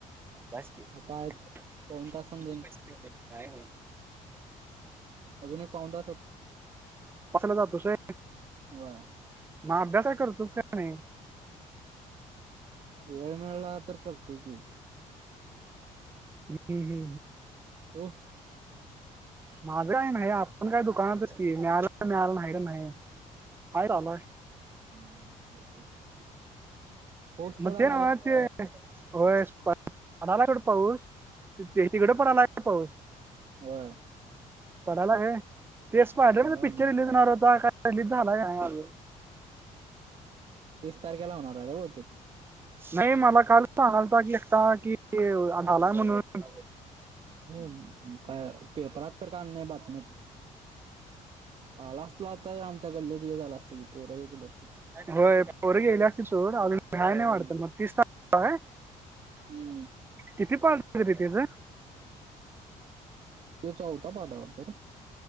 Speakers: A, on the right; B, on the right.
A: बस की
B: आता एक
A: किती
B: पाऊन तासान जाईन
A: पैसे काय नाही.
B: अजून एक पाऊण तासात.
A: कसला जातो स
B: होय
A: ना अभ्यास आहे करतोस काय नाही?
B: असतील. वेळ मिळाला तर करतोय की.
A: हम्म हं.
B: तु?
A: माझं काय नाही, आपण काय दुकानातच की. मिळालं मिळालं नाही त नाही. हाय रानात.
B: <unintelligible> पाऊस पडालाय
A: म ते नव्हं ते
B: काय
A: होय पडायला सोड पाऊस. ते तिकडं पडायलाय का पाऊस?
B: होय.
A: पडायला व्हय, ते स्पायडर
B: हो पडाला
A: पिक्चर
B: नव्ह
A: रिलीज होणार, होता काय रिलीज झालाय का नाही अजून?
B: तीस तारखेला होणार आहे रे बहुतेक.
A: नाही मला काल सांगालता, की एकटा की झालाय म्हणून.
B: हे काय पेपरात तर काय नाही आली बातमीत. आला असला तर आमच्या गल्लीत हे झालं असतं की पोर ही केली असतीत.
A: होय पोर गेली असती सोड, अजून व्हाय नाही
B: हम्म
A: वाटतं. मग तीस तार होय
B: हम्म
A: किती <inaudible> देते गं?
B: त्यो चौथा कॉल आहे वाटतं ना?